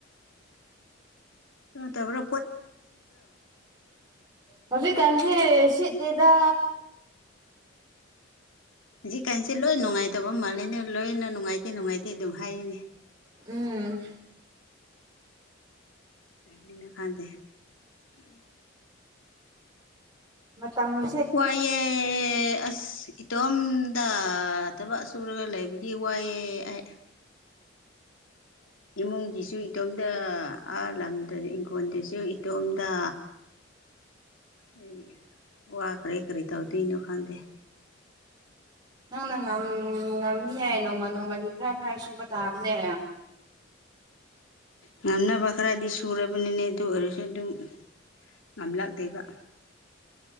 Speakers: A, on the left; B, on the right.
A: ꯅꯠꯇꯕ꯭ꯔꯣ
B: ꯍꯧꯖꯤꯛ ꯀꯥꯟꯁꯤ ꯁꯤꯠꯇꯦꯗ
A: ꯍꯧꯖꯤꯛ ꯀꯥꯟꯁꯤ ꯂꯣꯏ ꯅꯨꯡꯉꯥꯏꯇꯕ ꯃꯥꯜꯂꯦꯅꯦ ꯂꯣꯏꯅ ꯅꯨꯡꯉꯥꯏꯇꯦ ꯅꯨꯡꯉꯥꯏꯇꯦ ꯑꯗꯨꯝ ꯍꯥꯏꯔꯤꯅꯦ
B: ꯎꯝ
A: ꯅꯤꯅ ꯈꯥꯟꯗꯦ
B: ꯃꯇꯝ
A: ꯋꯥꯏꯌꯦ ꯑꯁ ꯏꯇꯣꯝꯗ ꯊꯕꯛ ꯁꯨꯔꯒ ꯂꯩꯕꯒꯤ ꯋꯥꯏꯑꯦ ꯑꯩ ꯏꯃꯨꯡꯒꯤꯁꯨ ꯏꯇꯣꯝꯗ ꯑꯥ ꯂꯝꯗ ꯏꯪꯈꯣꯟꯗꯁꯨ ꯑꯗꯨ ꯏꯇꯣꯝꯗ ꯑꯩ ꯋꯥꯒꯔꯦ ꯀꯔꯤ ꯇꯧꯗꯣꯏꯅꯣ ꯈꯪꯗꯦ
B: ꯅꯪꯅ ꯉꯝ ꯉꯝꯅꯤ ꯍꯥꯏ ꯅꯣꯡꯃ ꯅꯣꯡꯃꯒꯤ ꯈꯔ ꯈꯔ ꯁꯨꯕ ꯇꯥꯕꯅꯦ
A: ꯉꯝꯅꯕ ꯈꯔꯗꯤ ꯁꯨꯔꯕꯅꯤꯅꯦ ꯑꯗꯨ ꯑꯣꯏꯔ ꯑꯗꯨꯝ ꯉꯝꯂꯛꯇꯦꯕ